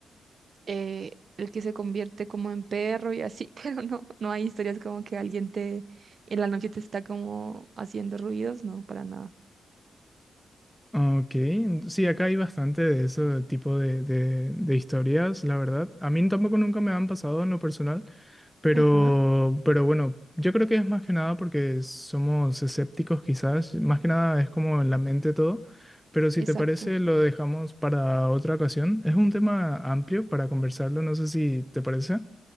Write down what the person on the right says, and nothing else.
eh, el que se convierte como en perro y así, <laughs> pero no, no hay historias como que alguien te en la noche te está como haciendo ruidos, no, para nada.
Ajá,
exacto.